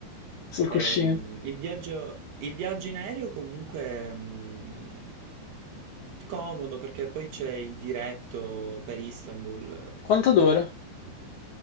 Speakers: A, on the left (about 55°); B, on the right (about 70°).
A: sul
B: Ehm,
A: cuscino.
B: il viaggio, il viaggio in aereo comunque mm, comodo perché poi c'è il diretto per Istanbul.
A: Quanto dura?
B: eh,